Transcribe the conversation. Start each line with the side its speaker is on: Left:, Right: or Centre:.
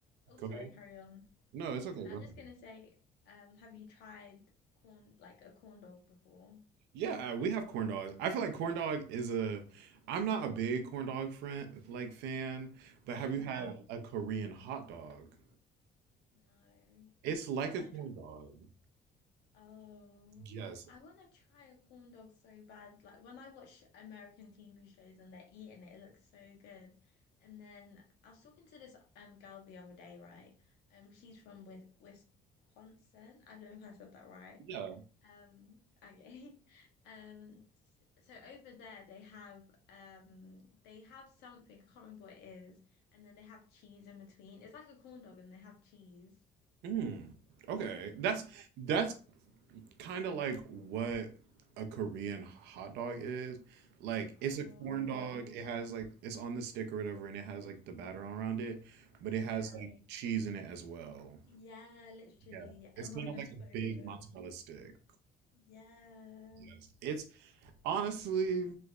Left: Oh,
Right: go
Left: sorry,
Right: ahead.
Left: carry on.
Right: No, it's okay.
Left: No,
Right: Go
Left: I'm
Right: ahead.
Left: just gonna say, um, have you tried corn like a corn dog before?
Right: Yeah, uh, we have corn dogs. I feel like corn dog is a. I'm not a big corn dog friend like fan, but have
Left: Yeah,
Right: you had a Korean hot dog?
Left: no.
Right: It's like
Left: I want
Right: a
Left: to
Right: corn dog.
Left: Oh,
Right: Yes.
Left: I want to try a corn dog so bad. Like when I watch American TV shows and they're eating it, it looks so good. And then I was talking to this um girl the other day, right? Um, she's from with Wisconsin. I don't know if I said that right.
Right: Yeah.
Left: Um, okay. <laughs> Um, s- so over there they have um they have something I can't remember what it is, and then they have cheese in between. It's like a corn dog, and they have cheese.
Right: Mm. Okay. That's that's kind of like what a Korean hot dog is. Like
Left: Oh,
Right: it's a corn dog. It has like it's on the stick or whatever, and it has like the batter around it, but it
Left: yeah.
Right: has like cheese in it as well.
Left: Yeah, literally.
Right: Yeah.
Left: Yeah. <laughs>
Right: It's
Left: Oh,
Right: kind
Left: it
Right: of
Left: looks
Right: like a
Left: so
Right: big
Left: good.
Right: mozzarella stick.
Left: Yeah.
Right: Yes. It's honestly,